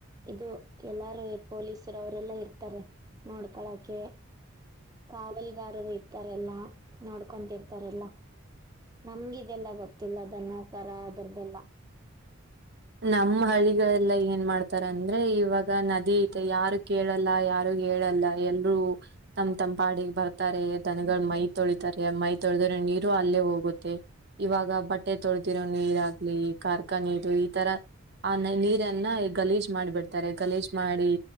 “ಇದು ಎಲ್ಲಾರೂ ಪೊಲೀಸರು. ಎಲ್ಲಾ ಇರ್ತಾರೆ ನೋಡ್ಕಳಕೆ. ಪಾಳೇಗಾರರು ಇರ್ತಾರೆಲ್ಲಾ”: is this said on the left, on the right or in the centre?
Right